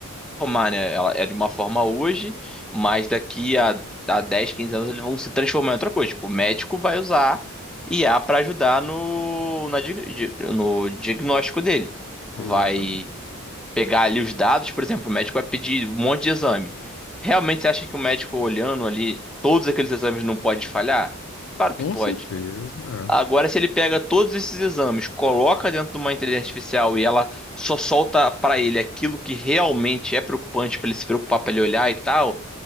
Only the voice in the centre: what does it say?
formar, né? Ela é de uma forma hoje, mas daqui a, a 10 15 anos eles vão se transformar em outra coisa. Tipo, o médico vai usar I a para ajudar no, na, di- di- no diagnóstico dele.
Vai pegar ali os dados, por exemplo, o médico vai pedir um monte de exame. Realmente você acha que o médico olhando ali todos aqueles exames não pode falhar? Claro
que pode.
Agora, se ele pega todos esses exames, coloca dentro de uma inteligência artificial e ela só solta para ele aquilo que realmente é preocupante para ele se preocupar, para ele olhar e tal,